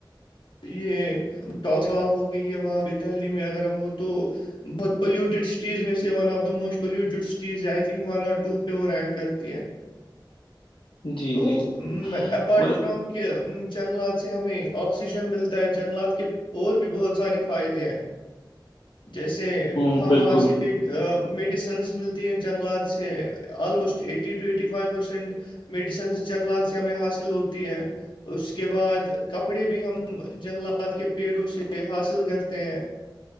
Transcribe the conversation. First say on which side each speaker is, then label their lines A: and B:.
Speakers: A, on the left; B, on the left.
A: یہ ہو گئی ہے وہاں پہ دہلی میں اگر ہم وہ تو بہت پلیوٹی سٹیز میں سے one of the most polluted سزئی تھنک وو پہ وہ رینک کرتی ہے
B: جی
A: تو
B: جی
A: اپپارٹ
B: مطلب
A: فرام کہ جنگلات سے ہمیں آکسیجن ملتا ہے جنگلات کے اور بھی بہت سارے فائدے ہیں جیسے
B: ہوں،
A: ہم
B: بالکل
A: وہاں سے میڈیسنس ملتی ہیں جنگلات سے almost eighty to eighty five percent medicines جنگلات سے ہمیں حاصل ہوتی ہے اس کے بعد کپڑے بھی ہم جنگلات کے پیڑوں سے حاصل کرتے ہیں